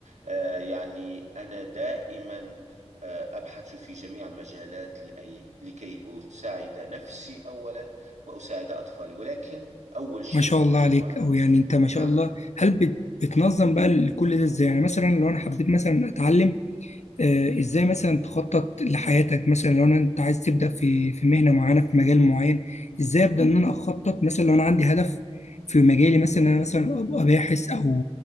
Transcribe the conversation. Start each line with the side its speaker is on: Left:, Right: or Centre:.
Right: آه، يعني أنا دائما أبحث في جميع المجالات لأي لكي أساعد نفسي أولا وأساعد أطفالي ولكن أول شيء
Left: ما شاء الله
Right: يجب
Left: عليك
Right: ع-
Left: أو يعني أنت ما شاء
Right: نعم
Left: الله هل بت... بتنظم بقى كل ده إزاي؟ يعني مثلا لو أنا حبيت مثلا أتعلم آه، ازاي مثلا تخطط لحياتك مثلا لو انا انت عايز تبدا في في مهنه معينه في مجال معين ازاي ابدا ان انا اخطط مثلا لو انا عندي هدف في مجالي مثلا إن انا مثلا ابقى باحث او